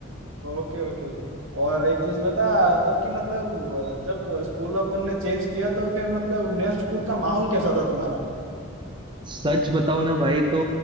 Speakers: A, on the right (about 80°); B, on the right (about 25°).
A: Okay okay और एक चीज बता तब की मतलब जब स्कूल अपन ने चेंज किया तो फिर मतलब नया स्कूल का माहौल कैसा था तुम्हारा
B: सच बताओ ना भाई तो